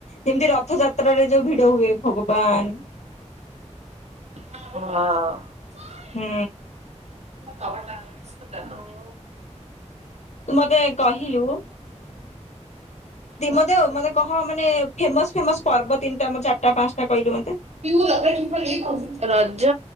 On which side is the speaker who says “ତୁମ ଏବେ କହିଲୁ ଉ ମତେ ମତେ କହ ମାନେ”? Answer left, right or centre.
Left